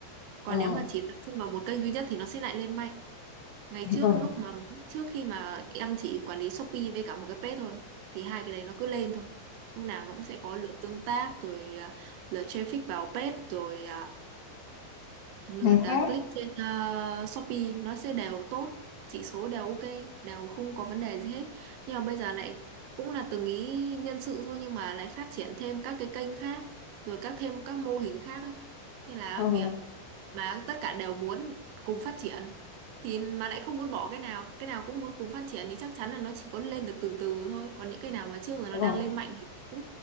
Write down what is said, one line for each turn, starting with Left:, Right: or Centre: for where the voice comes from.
Right: còn
Left: ờ
Right: nếu mà chỉ tập trung vào một kênh duy nhất thì nó sẽ lại lên mạnh Ngày trước
Left: ờ
Right: lúc mà trước khi mà em chỉ quản lý Shopee với cả một cái page thôi thì hai cái đấy nó cứ lên thôi. Lúc nào nó cũng sẽ có lượt tương tác rồi à, lượt traffic vào page rồi à, lượt
Left: hả?
Right: à, click trên à, Shopee nó sẽ đều tốt, chỉ số đều ok, đều không có vấn đề gì hết. Nhưng mà bây giờ lại cũng là từng ý nhân sự thôi nhưng mà lại phát triển thêm các cái kênh khác rồi các thêm các mô hình khác ấy. Thế là
Left: ờ
Right: việc mà tất cả đều muốn cùng phát triển thì mà lại không muốn bỏ cái nào cái nào cũng muốn cùng phát triển thì chắc chắn là nó chỉ có lên được từ từ thôi còn những cái nào mà trước rồi nó
Left: ờ
Right: đang lên mạnh thì cũng